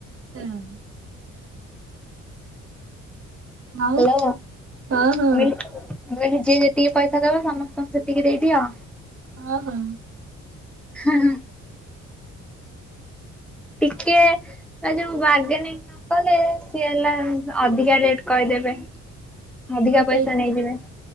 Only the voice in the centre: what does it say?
ହାଲୋ
ହେଇଲୋ। ଯିଏ ଯେତିକି ପଇସା ଦବ ସମସ୍ତଙ୍କୁ ସେତିକି ଦେଇଦିଅ?
ହଁ। ଟିକେ ଯୋଉ ବାର୍ଗେନିଂ କଲେ ସିଏ ହେଲା ଅଧିକା ରେଟ କହିଦେବେ। ଅଧିକା
ପଇସା
ନେଇଯିବେ।